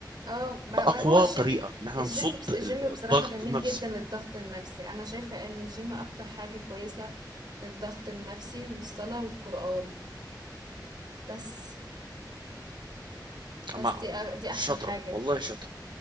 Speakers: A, on the right; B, on the right.
A: اه ما
B: بأقوى
A: ما هو الجيم
B: طريقة ان احنا
A: الجيم
B: نصد
A: بس الجيم
B: الضغط
A: بصراحة جميل
B: النفسي
A: جدا للضغط النفسي انا شايفة ان الجيم اكتر حاجة كويسة للضغط النفسي والصلاة والقرآن بس بس
B: مع
A: دي أ- دي احسن
B: شاطرة
A: حاجة
B: والله شاطرة